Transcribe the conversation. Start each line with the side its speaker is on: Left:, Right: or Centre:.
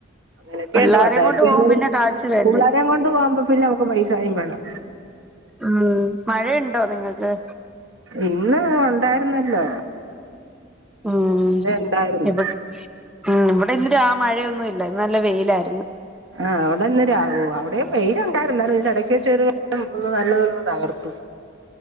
Right: അങ്ങനെയൊക്കെ
Centre: പിള്ളാരേം
Right: ഇണ്ട് പത്തായിരത്തിഞ്ഞൂർ
Centre: കൊണ്ട് പോകും പിന്നെ കാശ് വേണ്ടേ
Right: പിള്ളോരം കൊണ്ട് പോകുമ്പോ പിന്നെ നമുക്ക് പൈസായും വേണം
Centre: ഉം മഴുണ്ടോ നിങ്ങൾക്ക്
Right: ഇന്ന് ഉണ്ടായിരുന്നല്ലോ
Centre: ഉം
Right: അവിടെ ഉണ്ടായിരുന്നു
Centre: ഇ വ് ഉം ഇവ് <unintelligible> ആ മഴയൊന്നും ഇല്ല ഇന്ന് നല്ല വെയിലായിരുന്നു
Right: ആഹ് അവിടെന്ന രാവൊ അവിടെം വെയില് ഇട്ടാര്ന്നു. <unintelligible> ഒരെടക്ക് വച്ചൊരു <unintelligible> നല്ലതോല തകർത്തു.